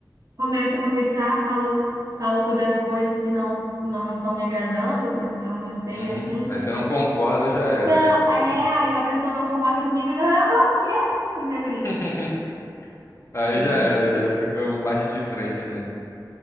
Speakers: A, on the right; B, on the left.
A: começa a conversar, falo, falo sobre as coisas que não, não estão me agradando, coisas que eu não gostei,
B: uhum.
A: assim,
B: Aí você não concorda, já era,
A: não,
B: aí pronto.
A: é, aí a pessoa não concorda comigo, eu já, "Ah, não, o quê? Eu já grito.
B: <laughs> Aí
A: É.
B: já era, já fica um bate de frente, né?